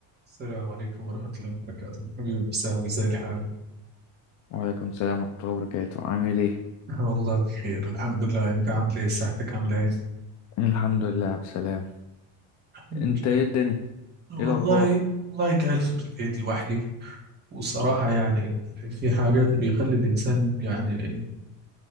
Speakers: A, on the right; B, on the left.
A: السلام عليكم ورحمة الله وبركاته حبيبي حسامي زي الحال
B: وعليكم السلام ورحمة الله وبركاته عامل ايه؟
A: <laughs> والله بخير الحمد لله أنت عامل إيه صحتك عاملة إيه
B: الحمد لله بسلام
A: الحمد
B: انت ايه
A: لله
B: الدنيا؟
A: والله
B: ايه الأخبار؟
A: والله جالس بالبيت لوحدي وصراحة يعني في حاجات بيخلي الإنسان يعني